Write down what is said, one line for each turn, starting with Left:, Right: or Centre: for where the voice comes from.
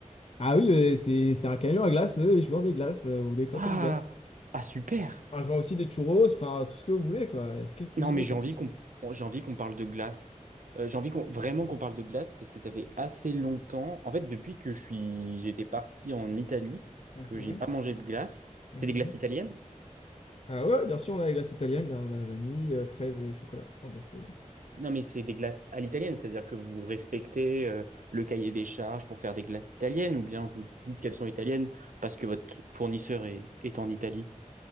Left: Ah oui, euh, c'est c'est un camion à glace, oui, je vends des glaces. euh, Vous voulez quoi
Right: Ah,
Left: comme glace?
Right: ah super.
Left: Enfin, je vends aussi des churros, enfin tout ce que vous voulez quoi. Est-ce que vous
Right: Non
Left: aimez
Right: mais j'ai
Left: comme
Right: envie
Left: tout ce
Right: qu'on
Left: que...
Right: j'ai envie qu'on parle de glace. Euh, j'ai envie qu'on vraiment qu'on parle de glace parce que ça fait assez longtemps. En fait, depuis que je suis j'étais parti en Italie,
Left: Mhm,
Right: que j'ai pas mangé de glace.
Left: mhm.
Right: C'est des glaces italiennes?
Left: Ah ouais, bien sûr, on a les glaces italiennes, là, on a vanille, euh, fraise et chocolat en glace italienne.
Right: Non mais c'est des glaces à l'italienne, c'est-à-dire que vous respectez euh, le cahier des charges pour faire des glaces italiennes ou bien vous dites qu'elles sont italiennes parce que votre fournisseur est est en Italie.